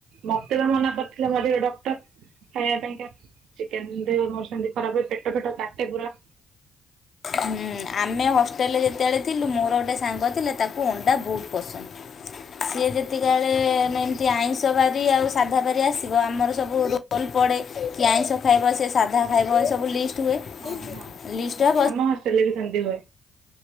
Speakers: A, on the right; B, on the left.
A: ମତେ ବା ମନା କରିଥିଲେ ମଝିରେ ଡକ୍ଟର। ଖାଇବା ପାଇଁକା। ଚିକେନ ଦେ ମୋର ସେମତି ଖରାପ ହୁଏ ପେଟ ଫେଟ କାଟେ ପୁରା।
B: ହୁଁ ଆମେ ହଷ୍ଟେଲରେ ଯେତେବେଳେ ଥିଲୁ ମୋର ଗୋଟେ ସାଙ୍ଗ ଥିଲେ ତାକୁ ଅଣ୍ଡା ବହୁତ ପସନ୍ଦ। ସିଏ ଯେତିକିବେଳେ
A: ହଁ
B: ଆଇଁଷ ବାରି ଆଉ ସାଧା ବାରି ଆସିବ ଆମର ସବୁ ରୋଲ ପଡ଼େ କି ଆଇଁଷ ଖାଇବା ସେ ସାଧା ଖାଇବ ଏ ସବୁ ଲିଷ୍ଟ ହୁଏ।
A: ହଁ ହଁ
B: ଲିଷ୍ଟ
A: ହଁ
B: ଟା
A: ଆମ ହଷ୍ଟେଲରେ ବି ସେମତି ହୁଏ।